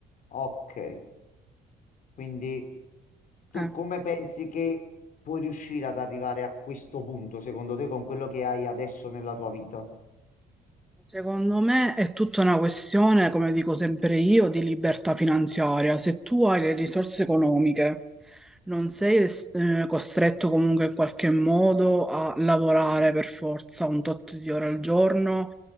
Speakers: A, on the left; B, in the centre.
A: ok. Quindi tu
B: Eh.
A: come pensi che puoi riuscire ad arrivare a questo punto, secondo te, con quello che hai adesso nella tua vita?
B: Secondo me è tutta una questione, come dico sempre io, di libertà finanziaria. Se tu hai le risorse economiche, non sei es- eh, costretto comunque in qualche modo a lavorare per forza un tot di ore al giorno